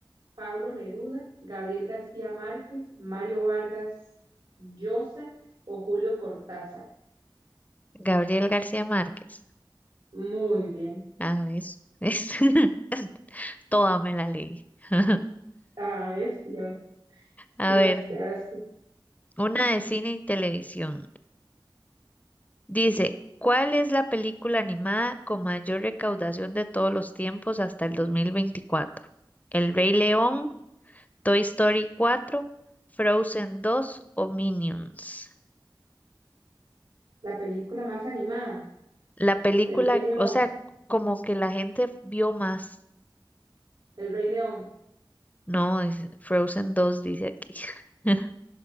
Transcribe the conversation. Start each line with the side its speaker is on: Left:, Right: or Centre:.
Right: Pablo Neruda, Gabriel García Márquez, Mario Vargas Llosa o Julio Cortázar.
Left: Gabriel García Márquez.
Right: Muy bien.
Left: Ah, ¿ves? ¿Ves? <laughs> Toda me la leí. <laughs>
Right: Ah, es, ya ves.
Left: A
Right: Diga
Left: ver,
Right: usted, ahora sí.
Left: Una de cine y televisión. Dice, ¿cuál es la película animada con mayor recaudación de todos los tiempos hasta el dos mil veinticuatro. ¿El Rey León, Toy Story cuatro, Frozen dos o Minions?
Right: La película más animada,
Left: La película,
Right: El Rey León.
Left: o sea, como que la gente vio más.
Right: El Rey León.
Left: No, es Frozen dos, dice aquí. <laughs>